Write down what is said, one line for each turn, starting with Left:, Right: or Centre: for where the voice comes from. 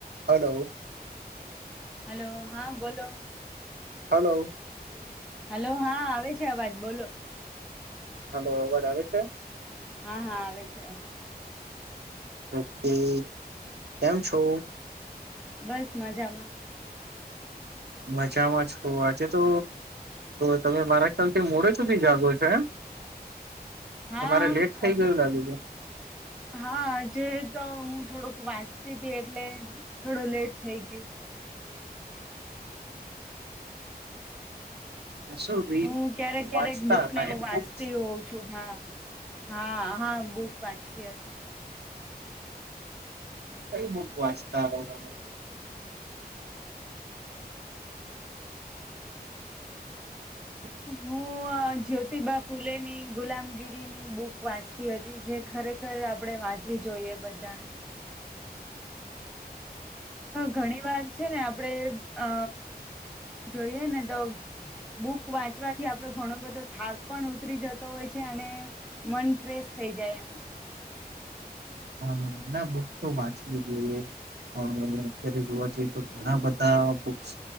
Right: Hello
Centre: hello હા બોલો
Right: hello
Centre: hello હા આવે છે અવાજ બોલો
Right: હલો અવાજ આવે છે
Centre: હા હા આવે છે અ
Right: ઓકે કેમ છો
Centre: બસ મજામાં
Right: મજામાં છો આજે તો તમે અ મારા ખ્યાલથી મોડે સુધી જાગો છો એમ
Centre: હા
Right: તમારે લેટ થઈ
Centre: આત
Right: ગયું લાગે છે
Centre: હા આજ તો હું થોડુંક વાંચતી હતી એટલે થોડું લેટ થઈ ગયું
Right: શું રી
Centre: હું ક્યારેક ક્યારેક
Right: વાંચતા
Centre: ભુક
Right: હતા
Centre: ને હું
Right: એમ
Centre: વાંચતી
Right: બુક
Centre: હોઉં છું. હા, હા હા બહ પાચતી હતી.
Right: કઈ બુક વાચ રાા <inaudible> <inaudible>
Centre: હું જ્યોતિબા ફુલેની ગુલામગીરીની બુક વાંચતી હતી જે ખરેખર આપણે વાંચવી જોઈએ બધાને ઘણી વાર છે ને આપણેે અ જોઈએ ને તો બુક વાંચવાથી આપડો ઘણો બધો થાક પણ ઉતરી જતો હોય છે અને મન ફ્રેશ થઈ જાય એમ.
Right: હ ના બુક તો વાંચવી જોઈએ અત્યારે જોવા જઈએ તો ઘણા બધા બસ